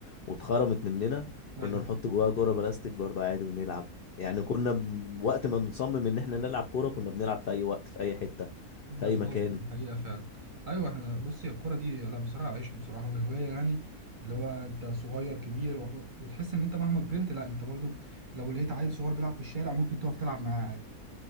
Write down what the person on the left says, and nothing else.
واتخرمت مننا كنا
نحط جواها كرة بلاستيك برضه عادي ونلعب يعني كنا ب- وقت ما نصمم ان احنا نلعب كرة كنا بنلعب في اي وقت في اي حتة
في اي مكان